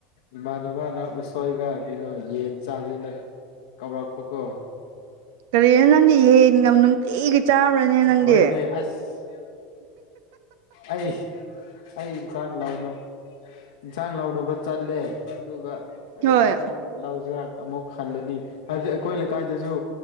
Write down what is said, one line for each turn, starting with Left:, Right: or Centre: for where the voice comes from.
Left: ꯏꯃꯥꯟꯅꯕꯅ ꯎꯁꯣꯏꯒ ꯀꯩꯅꯣ ꯌꯦꯟ ꯆꯥꯖꯦꯅ ꯀꯧꯔꯛꯄꯀꯣ
Right: ꯀꯔꯤꯔ ꯅꯪꯗꯤ ꯌꯦꯟꯒ ꯅꯨꯡꯇꯤꯒꯤ ꯆꯥꯕ꯭ꯔꯅꯦ ꯅꯪꯗꯤ
Left: ꯍꯣꯏꯅꯦ ꯑꯁ ꯑꯩ ꯑꯩ ꯏꯟꯆꯥꯡ ꯂꯧꯅ ꯏꯟꯁꯥꯡ ꯂꯧꯅꯕ ꯆꯠꯂꯦ ꯑꯗꯨꯒ ꯀꯔꯤ
Right: ꯍꯣꯏ
Left: ꯏꯟꯁꯥꯡ ꯂꯧꯖꯤꯔꯥ ꯑꯃꯨꯛ ꯈꯜꯂꯅꯤ ꯍꯥꯏꯕꯗꯤ ꯑꯩꯈꯣꯏ ꯂꯩꯀꯥꯏꯗꯁꯨ